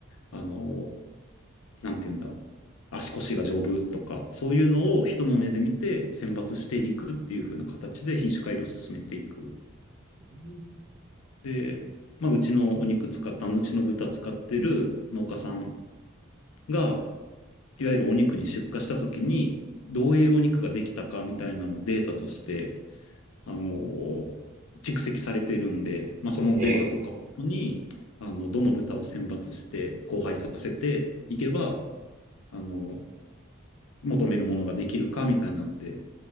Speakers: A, on the left; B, on the right.
A: あの、なんていうんだ、足腰が丈夫とか、そういうのを人の目で見て選抜していくっていう風な形で品種改良を進めていく。
B: うん
A: で、まあ、うちのお肉使った、あのうちの豚使ってる農家さんが、いわゆるお肉に出荷したときに、どういうお肉ができたかみたいなのもデータとして、あの、蓄積されているんで、まあ、そのデータとかをもとに、
B: ええ、
A: あの、どの豚を選抜して、交配させていけば、あの、求めるものができるかみたいなんで、